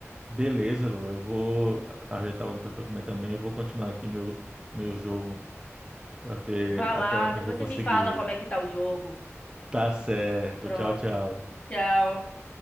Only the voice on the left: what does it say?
Vá
lá,
depois
você me fala como é que tá o jogo.
Pronto.
Tchau.